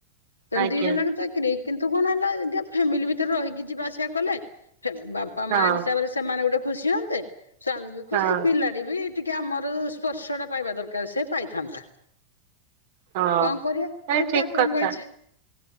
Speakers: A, on the left; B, on the right.
A: ତମେ
B: ଆଜ୍ଞା
A: ଦି ଜଣ ଜାଙ୍କ ଚାକିରି କିନ୍ତୁ କଣ ହେଲା ଟିକେ ଫ୍ୟାମିଲି ଭିତରେ ରହିକି ଯିବା ଆସିବା କଲେ ଫେ ବା ବାପା
B: ହଁ।
A: ମା ହିସାବରେ ସେମାନେ ଗୋଟେ ଖୁସି ହୁଅନ୍ତେ ସ୍ୱାମୀ ବି
B: ହଁ
A: ଖୁସି ପିଲା ଟି ବି ଟିକେ ଆମର ସ୍ପର୍ଶ ଟା ପାଇବା ଦରକାର ସେ ପାଇଥାନ୍ତା।
B: ହଁ
A: କଣ କରିଆ
B: ନାଇଁ ଠିକ
A: ଠାକୁରଙ୍କ
B: କଥା
A: ଇଚ୍ଛା।